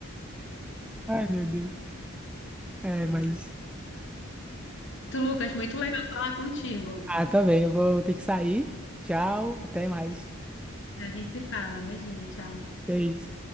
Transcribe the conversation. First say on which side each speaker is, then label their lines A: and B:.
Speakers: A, in the centre; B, on the left.
A: Ai, meu
B: Hum,
A: Deus. É,
B: ai.
A: mas.
B: Tu, Lucas, muito legal falar contigo.
A: Ah, também. Eu vou ter que sair. Tchau. Até mais.
B: A gente se fala, beijinho, tchau.
A: Beijo.